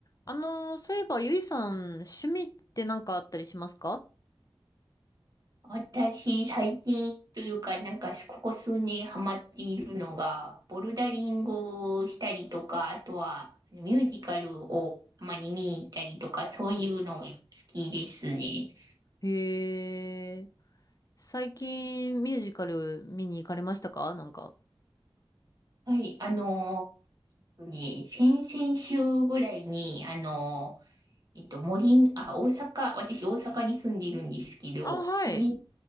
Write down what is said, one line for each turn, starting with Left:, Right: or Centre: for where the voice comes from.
Left: あのーそういえば、ゆいさん、趣味って何かあったりしますか
Right: 私、最近というか、なんか、ここ数年ハマっているのが、ボルダリングをしたりとか、あとは、あのミュージカルをたまに見に行ったりとか、そういうのが好きですね。
Left: へえ。最近、ミュージカル見に行かれましたかなんか。
Right: はい、あの、ね、先々週ぐらいに、あの、えっと、森、あ、大阪、私大阪に住んでいるんですけど、
Left: あ、はい。
Right: 森